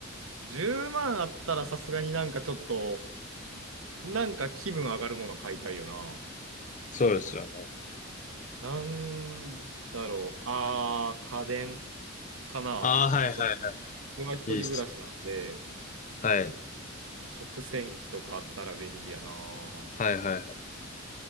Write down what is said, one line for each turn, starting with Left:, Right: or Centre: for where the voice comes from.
Right: 10万あったらさすがになんかちょっと、なんか気分上がるもの買いたいよな。
Left: そうですよね。
Right: なんだろう。ああ、家電かな。
Left: ああ、はいはいはいは
Right: そう、僕は一人暮らしなんで、
Left: い。いいっすよね。はい。
Right: 食洗機とかあったら便利やな。
Left: はいはいはい。